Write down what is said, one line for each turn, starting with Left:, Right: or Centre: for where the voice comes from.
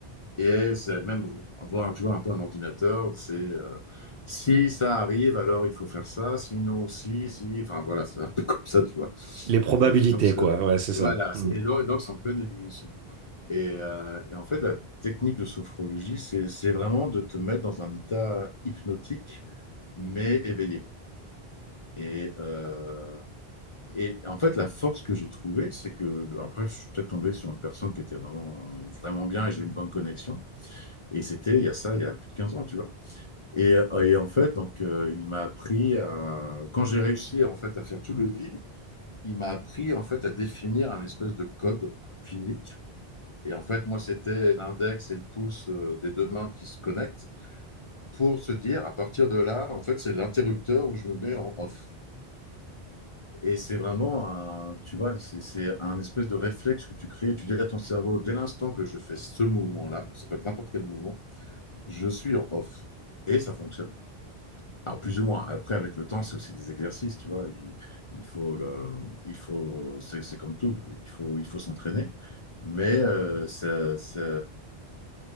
Left: Et c'est même avoir un peu un ordinateur, c'est euh, si ça arrive, alors il faut faire ça, sinon, si, si, enfin voilà, c'est un peu <laughs> comme ça, tu vois.
Right: Les probabilités,
Left: Et donc, c'est-
Right: quoi. Ouais, c'est ça.
Left: voilà,
Right: Hmm.
Left: c'est- et donc, et donc, c'est en pleine ébullition. Et, euh, et en fait, la technique de sophrologie, c'est c'est vraiment de te mettre dans un état hypnotique, mais éveillé. Et, euh, et en fait, la force que j'ai trouvée, c'est que, après, je suis peut-être tombé sur une personne qui était vraiment, vraiment bien et j'ai eu une bonne connexion. Et c'était il y a ça, il y a plus de 15 ans, tu vois. Et, euh, et en fait, donc, euh, il m'a appris à, quand j'ai réussi en fait à faire tout le vide, il m'a appris en fait à définir un espèce de code physique. Et en fait, moi, c'était l'index et le pouce euh, des deux mains qui se connectent pour se dire, à partir de là, en fait, c'est l'interrupteur où je me mets en off. Et c'est vraiment un, tu vois, c'est c'est un espèce de réflexe que tu crées. Tu dis à ton cerveau, dès l'instant que je fais ce mouvement-là, ça peut être n'importe quel mouvement, je suis en off. Et ça fonctionne. Alors, plus ou moins. Après, avec le temps, c'est aussi des exercices, tu vois. Il, il faut le, il faut, c'est c'est comme tout. Il faut, il faut s'entraîner. Mais euh, c'est c'est-